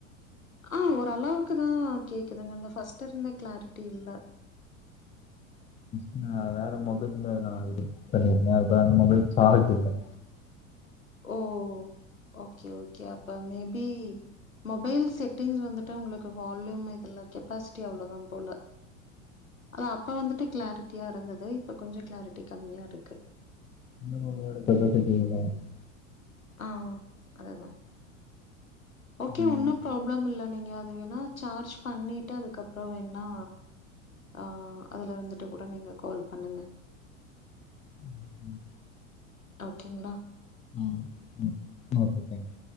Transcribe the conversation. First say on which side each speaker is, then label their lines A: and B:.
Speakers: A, on the left; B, on the left.
A: ஆ ஓரளவுக்குதா கேக்குதுங்க அந்த ஃபர்ஸ்ட் இருந்த கிளாரிட்டி இல்ல
B: சிஸ் நா வேற மொபைல்ல நா இது பண்ணிருந்த அது அந்த மொபைல் சார்ஜ் இல்ல
A: ஓ ஓகே ஓகே அப்ப மேபி மொபைல் செட்டிங் வந்துட்டு உங்களுக்கு வால்யூம் இதுல கெப்பாசிட்டி அவ்ளோதா போல அத அப்ப வந்துட்டு கிளாரிட்டியா இருந்தது இப்ப கொஞ்சோ கிளாரிட்டி கம்மியா இருக்கு
B: சின்ன <unintelligible>
A: ஆவ் அதுதா ஓகே
B: ம்
A: ஒன்னு ப்ராப்ளம் இல்ல நீங்க அது வேணா சார்ஜ் பண்ணிட்டு அதுக்கப்பற வேணா ஆ அதுல இருந்துட்டு கூட நீங்க கால் பண்ணுங்க
B: ம் ம்
A: அவுக்ங்ளா
B: ம் ம் ஓகே தங்க்யூ